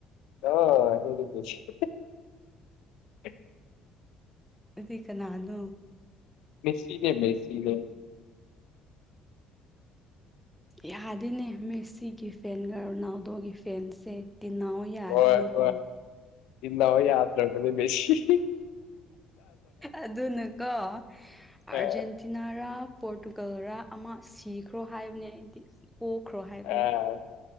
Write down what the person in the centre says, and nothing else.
ꯑꯗꯨꯗꯤ ꯀꯅꯥꯅꯣ
ꯌꯥꯗꯤꯅꯦ ꯃꯦꯁꯤꯒꯤ ꯐꯦꯟꯒ ꯔꯣꯅꯥꯜꯗꯣꯒꯤ ꯐꯦꯟꯁꯦ ꯇꯤꯟꯅꯧ ꯌꯥꯗꯦꯅꯦꯀꯣ
ꯑꯗꯨꯅꯀꯣ ꯑꯔꯖꯦꯟꯇꯤꯅꯥꯔꯥ
ꯄꯣꯔꯇꯨꯒꯜꯔ ꯑꯃ ꯁꯤꯈ꯭ꯔꯣ ꯍꯥꯏꯕꯅꯤ ꯑꯩꯗꯤ ꯀꯣꯛꯈ꯭ꯔꯣ ꯍꯥꯏꯕꯅꯤ